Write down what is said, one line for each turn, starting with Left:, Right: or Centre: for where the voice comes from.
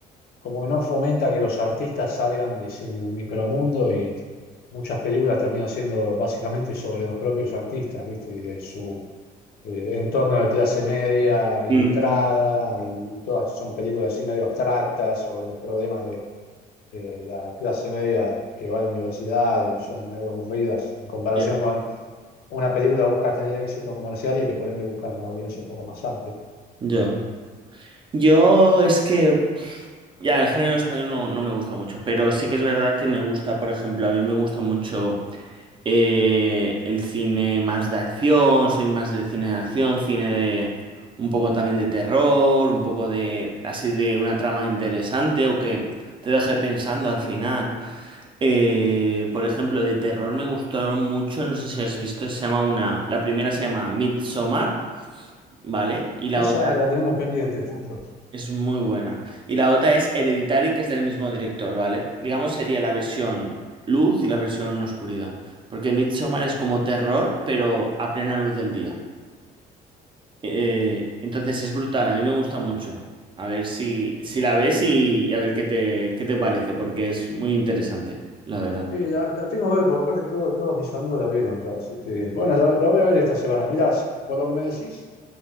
Left: como que no fomenta que los artistas salgan de su micromundo y muchas películas terminan siendo básicamente sobre los propios artistas, ¿viste? Y de su eh, en torno a la clase media, ilustrada,
Right: Mm,
Left: y, todas son películas así medio abstractas sobre los problemas de, de la clase media que va a la universidad y son medio aburridas en comparación
Right: ya.
Left: con una película que busca tener éxito comercial y que por ende busca una audiencia un poco más amplia.
Right: Yo. Yo es que, ya, el género español no, no me gusta mucho, pero sí que es verdad que me gusta, por ejemplo, a mí me gusta mucho eh, el cine más de acción, soy más de cine de acción, cine de un poco también de terror, un poco de así de una trama interesante o que te deje pensando al final. Eh, por ejemplo, de terror me gustó mucho, no sé si has visto, se llama una, la primera se llama Midsommar. ¿vale? Y la
Left: Esa
Right: otra
Left: la tenemos pendiente, justo.
Right: es muy buena. Y la otra es Hereditary, que es del mismo director, ¿vale? Digamos, sería la versión luz y la versión oscuridad. Porque Midsommar es como terror, pero a plena luz del día. Eh, entonces es brutal, a mí me gusta mucho. A ver si, si la ves y, y a ver qué te, qué te parece, porque es muy interesante, la verdad.
Left: Sí, la, la tengo que ver, porque aparte todo- todos mis amigos la vieron ya, así que bueno, la, la voy a ver esta semana. Mirá, si- por lo que me decís,